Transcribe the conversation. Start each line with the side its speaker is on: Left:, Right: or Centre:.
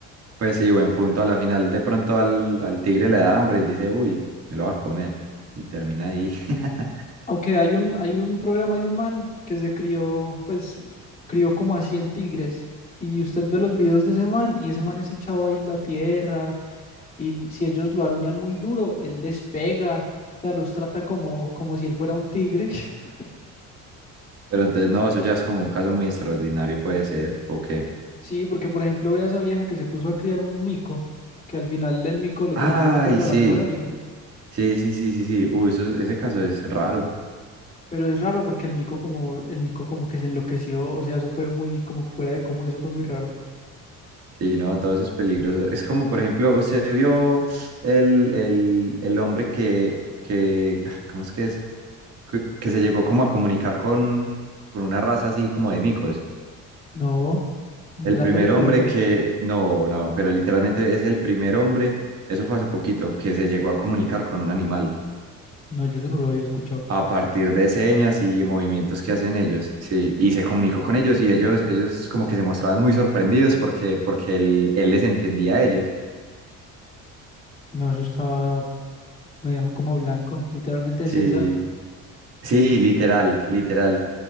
Right: Pues sí, buen punto. A la final de pronto al, al tigre le da hambre y dice, uy, me lo va a comer. Y termina ahí. <laughs>
Left: Aunque hay un, hay un programa de un man que se crió, pues crió como a 100 tigres y usted ve los videos de ese man y ese man es echado ahí en la tierra Y si ellos lo aruñan muy duro, él les pega, o sea, los trata como, como si él fuera un tigre. <laughs>
Right: Pero entonces, no, eso ya es como un caso muy extraordinario, puede ser, ¿o qué?
Left: Sí, porque por ejemplo ve a esa vieja que se puso a criar un mico, que al final el mico le
Right: Ay,
Left: terminó matando
Right: sí,
Left: a la mejor amiga.
Right: sí, sí, sí, sí, sí. Uy, eso es- ese caso es raro.
Left: Pero es raro porque el mico como, el mico como que se enloqueció, o sea, eso fue muy como que fuera de común, eso fue muy raro.
Right: Sí, no, todo eso es peligroso. Es como, por ejemplo, usted vio el, el, el hombre que, que, ah, ¿cómo es que es? Que, que se llegó como a comunicar con, con una raza así como de micos.
Left: No, el
Right: El
Left: de la
Right: primer
Left: película,
Right: hombre
Left: ¿o qué?
Right: que, no, no, pero literalmente es el primer hombre, eso fue hace poquito, que se llegó a comunicar con un animal.
Left: No, yo eso no lo había escuchado.
Right: a partir de señas y movimientos que hacen ellos, sí, y se comunicó con ellos y ellos, ellos como que se mostraban muy sorprendidos porque, porque él, él les entendía a ellos,
Left: No, eso está, me dejó como blanco, literalmente
Right: sí,
Left: César.
Right: sí, literal, literal,